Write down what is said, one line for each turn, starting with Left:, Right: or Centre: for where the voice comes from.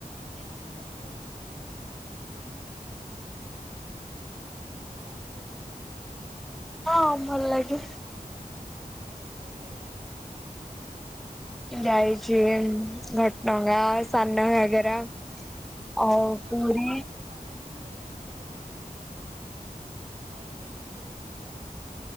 Right: ଦି ତିନି ଥର ଯାଇଛୁ। ଆଉ ଆପଣଙ୍କୁ ବୁଲା ବୋଲି ଭଲ ନାଗେ?
Centre: ହଁ ଭଲ ଲାଗେ।
Right: କୋଉ କୋଉ ଜାଗା ଯାଇଛନ୍ତି।
Centre: ଯାଇଛି ଘଟଙ୍ଗା ସାନ ଘାଗେରା। ଆଉ
Right: ମୁଁ ଗୋଟେ
Centre: ପୁରୀ।
Right: ଥରେ ବାପା ସାଙ୍ଗରେ ଯାଇଥିଲେ ରାୟପୁର ସେଠି ରହିକି ଆସିଥିଲି ଦି ମାସ।